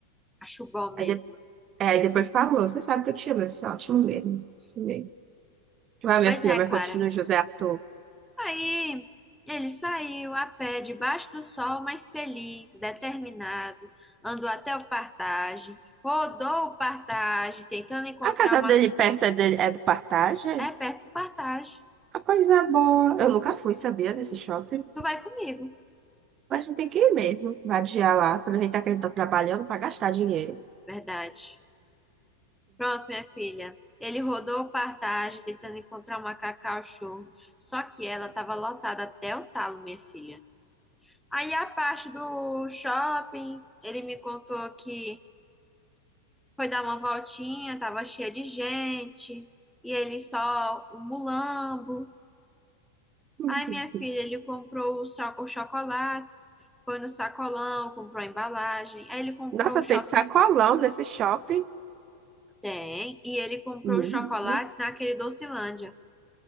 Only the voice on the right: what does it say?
Aí, de- é, aí depois falou, você sabe que eu te amo, eu disse, "É ótimo mesmo, isso mesmo. Vai, minha
filha,
mas
continua, José, ator.
A casa
dele perto é, dele, é do Partage?
A coisa é boa. Eu nunca fui, sabia, nesse shopping.
Mas a gente tem que ir mesmo, vadiar lá, aproveitar que ele tá trabalhando para gastar dinheiro.
<laughs>
Nossa,
tem sacolão nesse shopping.
Menina,